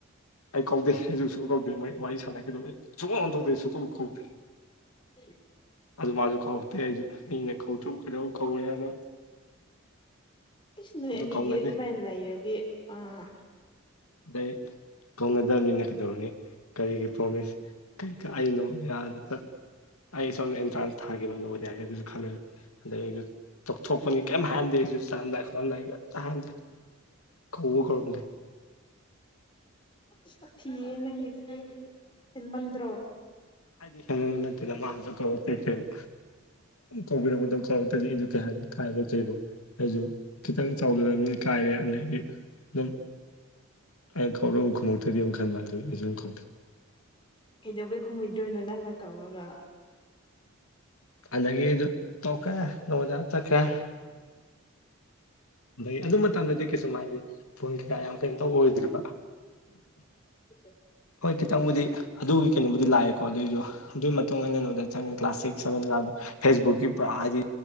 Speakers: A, on the left (about 80°); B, on the left (about 20°).
A: ꯑꯩ ꯀꯧꯗꯦ ꯑꯩꯁꯨ ꯁꯨꯝ ꯀꯧꯗꯦ ꯃꯣꯏ ꯋꯥꯔꯤ ꯁꯥꯟꯅꯈꯤꯗꯕ ꯑꯩ ꯁꯨꯛꯑꯣꯟ ꯑꯣꯟꯊꯇ꯭ꯔꯦ ꯁꯨꯛ ꯀꯧ ꯀꯧꯗꯦ
B: <unintelligible>
A: ꯑꯗꯨ ꯃꯥꯁꯨ ꯀꯧꯔꯛꯇꯦ ꯑꯩꯁꯨ ꯃꯤꯅ ꯀꯧꯔꯛꯇꯔ꯭ꯕꯨ ꯀꯩꯗꯧ ꯀꯧꯔꯦꯅꯣ
B: ꯏꯁꯁꯅꯣꯏ
A: ꯑꯗꯨ
B: ꯑꯅꯤꯗꯤ
A: ꯀꯧꯅꯗꯦ
B: ꯑꯗꯨꯃꯥꯏꯅ ꯂꯩꯔꯗꯤ ꯑꯥ
A: ꯑꯗꯩ ꯀꯧꯅꯗꯕꯅꯤꯅ ꯀꯩꯗꯧꯔꯨꯅꯤ ꯀꯔꯤꯒꯤ ꯄ꯭ꯔꯣꯃꯤꯁ ꯀꯩꯀ ꯑꯩꯅ ꯗꯨꯝ ꯌꯥꯗ ꯆꯠ ꯑꯩ ꯁꯣꯝꯗ ꯑꯦꯟꯇ꯭ꯔꯥꯟꯁ ꯊꯥꯒꯤꯕ ꯅꯕꯣꯗꯤꯌꯥꯒꯤ ꯑꯗꯨꯖꯨꯠ ꯈꯜꯂꯦ ꯑꯗꯩ ꯑꯩꯁꯨ ꯇꯧꯊꯣꯛꯄꯅꯤ ꯀꯩꯝ ꯍꯥꯏꯔꯝꯗꯦ ꯑꯩꯖꯨ ꯆꯔꯝꯗꯥꯏ ꯆꯂꯝꯗꯥꯏꯗ ꯇꯍꯥꯏꯔꯝꯗꯦ ꯀꯧꯕꯧ ꯀꯧꯔꯝꯗꯦ
B: ꯁꯥꯊꯤꯌꯦ ꯅꯪꯒꯤꯗꯨꯗꯤ ꯍꯦꯟꯃꯟꯗ
A: ꯍꯥꯏꯗꯤ ꯍꯦꯟꯃꯟꯕ ꯅꯠꯇꯦꯗ ꯃꯥꯅꯖꯨ ꯀꯧꯔꯛꯇꯦ ꯀꯩꯅꯣ ꯀꯧꯕꯤꯔꯛꯄꯗ ꯀꯧꯔꯛꯇꯗꯤ ꯑꯩ ꯀ ꯍꯥꯏ ꯏꯀꯥꯏꯕꯣꯏ ꯀꯩꯑꯣꯏ ꯑꯩꯖꯨ ꯈꯤꯇꯪ ꯆꯥꯎꯖꯔꯝꯅꯤꯅꯥ ꯏꯀꯥꯏꯔꯦ ꯑꯗꯩꯗꯤ ꯑꯗꯨꯝ ꯑꯩꯅ ꯀꯧꯔ ꯑꯃꯨꯛ ꯈꯨꯝꯃꯛꯇ꯭ꯔꯗꯤ ꯑꯃꯨꯛ ꯈꯟꯕ ꯑꯗꯨ ꯑꯩꯖꯨ ꯑꯗꯨꯝ ꯀꯧꯗꯦ
B: ꯀꯩꯗꯧꯕꯩ ꯈꯨꯝꯃꯣꯏꯗ꯭ꯔꯣꯏꯅꯣ ꯅꯪꯅ ꯀꯧꯔꯒ
A: ꯑꯗꯒꯤ ꯑꯩꯖꯨ ꯇꯣꯛꯈꯔꯦ ꯅꯕꯣꯗꯥꯌꯥ ꯆꯠꯈꯔꯦ ꯑꯩ ꯑꯗꯨ ꯃꯇꯝꯗꯗꯤ ꯀꯩꯁꯨꯝ ꯍꯥꯏꯗꯤ ꯐꯣꯟ ꯀꯩꯀꯥ ꯌꯥꯝ ꯀꯩꯅꯣ ꯇꯧꯕ ꯑꯣꯏꯗ꯭ꯔꯤꯕ
B: <unintelligible>
A: ꯍꯣꯏ ꯈꯤꯇꯪꯕꯨꯗꯤ ꯑꯗꯨꯒꯤ ꯀꯩꯅꯣꯕꯨꯗꯤ ꯂꯥꯛꯑꯦꯀꯣ ꯑꯗꯨꯏꯖꯨ ꯑꯗꯨꯏ ꯃꯇꯨꯡ ꯑꯩꯅ ꯅꯥꯕꯣꯗꯥꯌꯥ ꯆꯪꯉ ꯀ꯭ꯂꯥꯁ ꯁꯤꯛꯁ ꯁꯚꯦꯟ ꯀꯥꯕꯗꯣ ꯐꯦꯁꯕꯨꯛꯀꯤ ꯄꯨꯔꯥ ꯍꯥꯏꯗꯤ